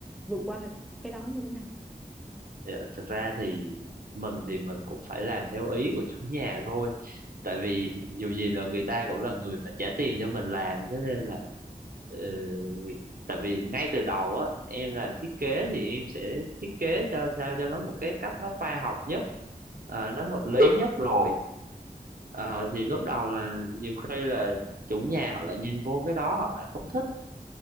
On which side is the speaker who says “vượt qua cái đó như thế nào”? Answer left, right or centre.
Centre